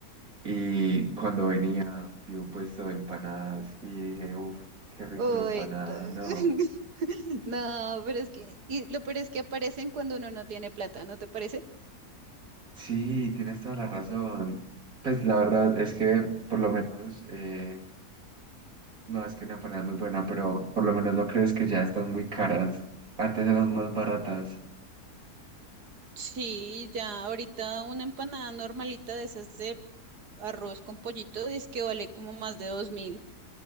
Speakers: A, on the right; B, on the right.
A: y cuando venía vi un puesto de empanadas y dije, uff, qué rico
B: Uy,
A: la empanada,
B: t-
A: no.
B: <laughs> no, pero es que, y lo peor es que aparecen cuando uno no tiene plata, ¿no te parece?
A: Sí, tienes toda la razón. Pues la verdad es que por lo menos, eh, no es que una empanada es muy buena, pero por lo menos no crees que ya están muy caras. Antes eran más baratas.
B: Sí, ya, ahorita una empanada normalita de esas de arroz con pollito dice que vale como más de dos mil.